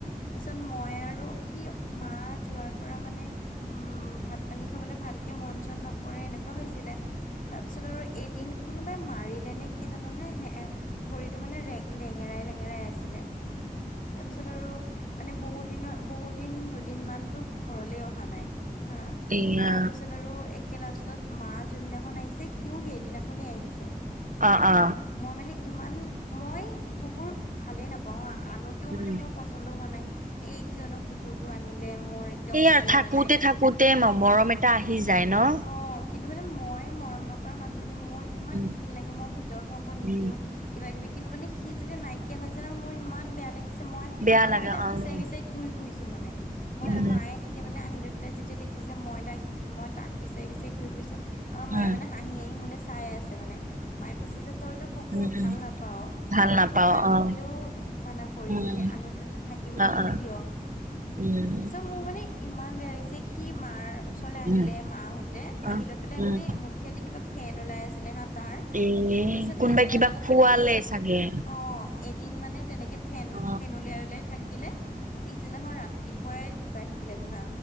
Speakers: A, on the left (about 60°); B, on the right (about 55°).
A: তাৰপিছত মই আৰু সি মা যোৱাৰ পৰা মানে, উম ভাত পানী খাবলৈ ভালকে মন চন নকৰে, এনেকুৱা হৈছিলে তাৰপিছত আৰু এদিন কোনোবাই মাৰিলে নে কি জানো, না স ভৰিতটো মানে লেঙেৰাই লেঙেৰাই আছিলে তাৰপিছত আৰু মানে, বহুত দিনৰ বহুত দিন দুদিন মান ঘৰলে অহা নাই, হা
B: এয়া
A: তাৰপিছত আৰু লাষ্টত মা যোনদিনাখন আহিছে, সিও সেইদিনাখনেই আহিছে
B: অ', অ'।
A: হা, মই মানে ইমান, মই কুকুৰ ভালে নাপাওঁ হা। আনোতেও
B: উম
A: মানে মোৰ পচ পচন্দ হোৱা নাই, এই কিয়নো কুকুৰটো আনিলে। মোৰ একদম
B: এইয়া
A: ভাল লগা
B: থাকোতে-থাকোতে মৰম এটা আহি যায় ন'।
A: অহ, কিন্তু মানে মই মৰম নকৰা মানুহজনী মোৰ ইমান
B: উম
A: ঘিন লাগে, মই ভিতৰত সোমাব নিদিওঁ।
B: উম
A: কিবা-কিবি কিন্তু মানে সি যেতিয়া নাইকিয়া হৈ যায় মোৰ ইমান বেয়া লাগিছে, মই-মই
B: বেয়া লাগে
A: তাক
B: অ
A: বিচাৰি-বিচাৰি
B: উম
A: ঘুৰি ফুৰিছোঁ মানে, মই
B: উম
A: মায়ে তেতিয়া মানে আহি লৈ পেলাই যেতিয়া দেখিছে মই তাইক মই তাক বিছাৰি-বিছাৰি ঘূৰি ফুৰিছো, আমাৰ মায়ে
B: উম
A: মানে হাঁহি-হাঁহি মোলে চাই আছে। আছে মানে, মায়ে কৈছে যে তইতো কুকুৰ
B: উম
A: ভাল নাপাও।
B: ভাল
A: তইতো
B: নাপাও
A: আনিবলৈও
B: অ
A: মানা কৰিছিলি,
B: উম
A: আনোতে তই থাকিবলৈও
B: অ
A: নিদিয়।
B: অ উম।
A: তাৰপিছত মোৰ মানে ইমান বেয়া লাগিছে, সি মাৰ ওচৰলৈ আহিলে
B: উম
A: মাহঁতে
B: অ
A: আহি লৈ পেলাই
B: উম
A: মানে মোক মুখেদি কিবা ফন ওলাই আছিলে হা, তা তাৰ
B: এ
A: তাৰপিছত
B: কোনোবাই
A: একে লাষ্টত
B: কিবা খোৱালে
A: মানে
B: চাগে
A: অহ। এদিন মানে তেনেকে ফেন,
B: অ
A: ফেন উলিয়াই-উলিয়াই থাকিলে, পিছদিনাখন ৰাতিপু পুৱাই ঢুকাই থাকিলে জানা।